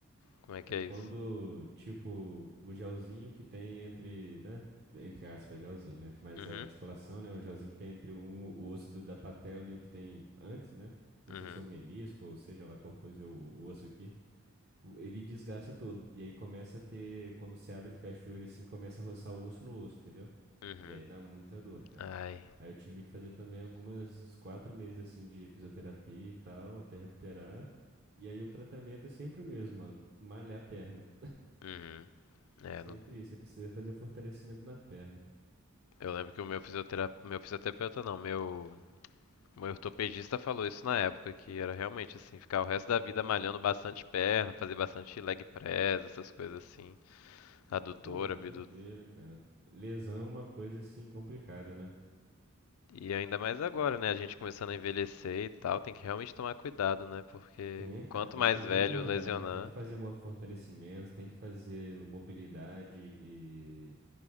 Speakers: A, on the left; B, on the right.
A: Como é que
B: É
A: é
B: quando,
A: isso?
B: tipo, o gelzinho que tem entre, né? Entre aspas, gelzinho, né? Mas
A: Uhum,
B: a articulação, né? O gelzinho que tem entre um, o osso do- da patela e o que tem antes, né? Não
A: uhum,
B: sei se é o menisco ou seja lá qual fosse o, o osso aqui. o- Ele desgasta todo. E aí começa a ter, quando se abre e fecha ele assim, começa a roçar o osso no osso, entendeu?
A: uhum.
B: E aí dá muita dor, cara.
A: Ai.
B: Aí eu tive que fazer também algumas uns quatro meses assim de fisioterapia e tal, até recuperar. E aí o tratamento é sempre o mesmo, mano. Malhar a perna.
A: Uhum. É,
B: É sempre
A: não-
B: isso, você precisa fazer o fortalecimento na perna.
A: eu lembro que o meu fisioterapeuta, meu fisioterapeuta não, meu, meu ortopedista falou isso na época, que era realmente assim, ficar o resto da vida malhando bastante perna, fazer bastante leg press, essas coisas assim, adutora,
B: Pô, é
A: abdutora.
B: doideira, cara. Lesão é uma coisa assim complicada, né?
A: E ainda mais agora, né? A gente começando a envelhecer e tal, tem que realmente tomar cuidado, né? Porque
B: Tem, cara,
A: quanto
B: tem
A: mais
B: que,
A: velho
B: tem que malhar,
A: lesionar.
B: tem que fazer mo- fortalecimento, tem que fazer mobilidade e,